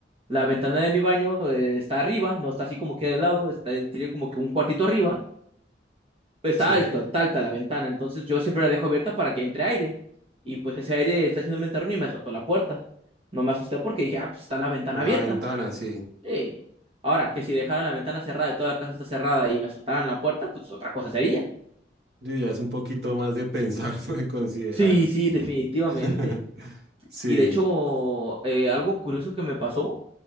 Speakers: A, on the right; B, on the right.
A: La ventana de mi baño eh, está arriba, no está así como que de lado, está, tiene como que un cuartito arriba está
B: sí,
A: alto,
B: en
A: está alta la ventana, entonces yo siempre la dejo abierta para que entre aire. Y pues ese aire está haciendo un ventarrón y me azotó la puerta. No me asusté porque dije, ah, pues está la ventana
B: la
A: abierta.
B: ventana, sí.
A: Ey. Ahora, que si dejara la ventana cerrada y toda la casa está cerrada y me azotaran la puerta, pues otra cosa sería.
B: Sí, ya es un poquito más de pensar, <laughs> de considerar.
A: Sí, sí, definitivamente.
B: <laughs> Sí,
A: Y de hecho, eh, algo curioso que me pasó